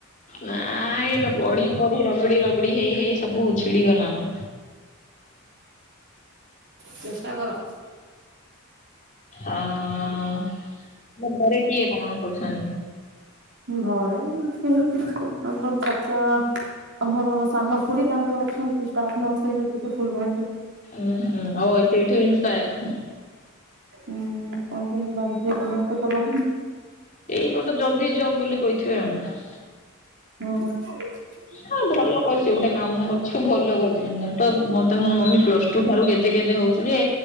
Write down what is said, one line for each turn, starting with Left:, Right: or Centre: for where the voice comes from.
Left: ନାଇ ଲୋ ପଢି଼ ପଢି଼ ରଗଡି଼ ରଗଡି଼ ହେଇ ହେଇ ସବୁ ଛିଡି଼ ଗଲାନ।
Right: ଚେଷ୍ଟା କର।
Left: ଅଁ ତମ ଘରେ କିଏ କଣ କରୁଛନ୍ତି?
Right: ଘରେ କେହି କିଛି କନ ଆମର ଚାଚା ଆମର ସାନ ଖୁଡି଼ ତାଙ୍କର ଅଛନ୍ତି ଷ୍ଟାଫ୍ ନର୍ସ ଟିକେ ଫୁଲବାଣୀରେ।
Left: ହୁଁ ହୁଁ। ଓହୋ ସେଇଠୁ ଇସ୍ପାୟର।
Right: ହୁଁ। ଆଉ ତମ ବାଧ୍ୟ କଲ ମତେ କରବାପାଇଁ।
Left: ଏଇ ଗୋଟେ ଜଲ୍ଦି ଜବ୍ ବୋଲି କହିଥିବେ ଆଉ।
Right: ହଁ।
Left: ହଁ ଭଲ କରିଛି ଗୁଟେ କାମ କରୁଛିୁ ଭଲ କରିଛି। ମୁଁ ତ ମତେ ମୋ ମମି ପ୍ଲସ ଟୁ ଠାରୁ ଗେଜେ ଗେଜେ ହଉଛି। ଯେ